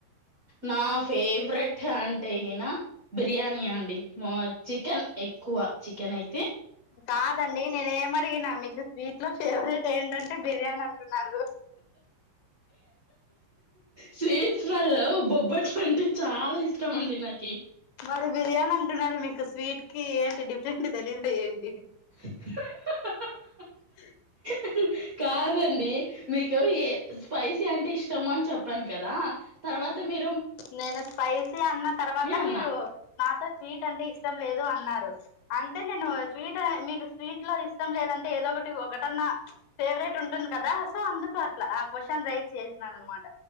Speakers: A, on the right; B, on the left.
A: నా ఫేవరెట్ అంటేగినా బిర్యానీ నియా అండి మ చికెన్ ఎక్కువ చికెన్ అయి
B: కాదండి నేనే ఏమ అడిగిన మీకు స్వీట్ లో ఫేవరెట్ ఏంటంటే బిర్యానీ అంటున్నారు
A: స్వీ ళ్ళలో బొబ్బట్లు అంటే చాలా ఇష్టం అండి నాకి
B: మరి బిర్యాని అంటునరు మీకు స్ స్వీట్ కి ఏంటి డిఫరెంట్ తెలిదు ఏంటి
A: హిహహహహ
B: <inaudible>
A: హహ కాదండి మీకు ఏ స్పైసీ అంటే ఇష్టము అని చెప్పాను కదా తర్వాత మీ
B: నేను స్పైసీ అన్న తర్వాత
A: అన్నా
B: మీరు నాతో స్వీట్ అంటే ఇష్టం లేదు అన్నారు అంటే నేను స్వీట్ మీకు స్వీట్ లో ఇ లేదంటే ఏదో ఒకటి ఒకటన్నా ఫేవరెట్ ఉంటుంది కదా స అందుకు అట్లా ఆ క్వశ్శన్ రై చేేసినాన్ అన్నమాట